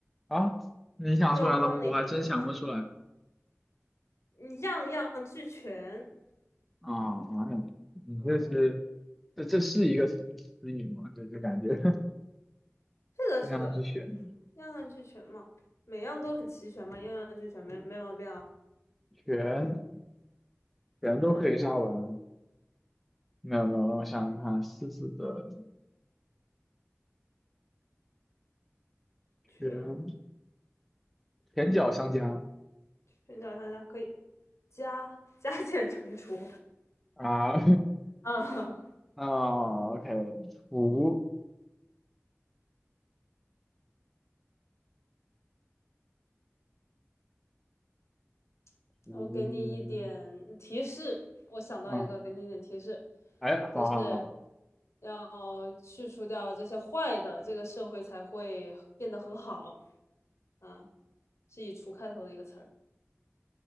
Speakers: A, in the centre; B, on the left.
A: 啊！你想出来了吗？
B: 需要我帮你吗？
A: 我还真想不出来。
B: 你样样俱全，
A: 啊哎呀，你这是这这是一个词词语吗？
B: 嗯，
A: 这就感觉 <laughs>
B: 是的，
A: 那样去选，
B: 是的，样样俱全嘛，每样都很齐全嘛，样样俱全没没毛病啊，
A: 全全都可以加完。
B: 全
A: 没有没有，让我想想看，狮子的
B: 全。
A: 全全脚相加
B: 寻找商家可以加加减乘除
A: 啊
B: <laughs>。啊，
A: <laughs> 啊，OK，图
B: <laughs>
A: 图
B: 那我给你一点提示，我想到一个，
A: 啊，
B: 给你一点提示，
A: 哎，好好好，
B: 就是要去除掉这些坏的，这个社会才会变得很好。啊，是以“除”开头的一个词儿，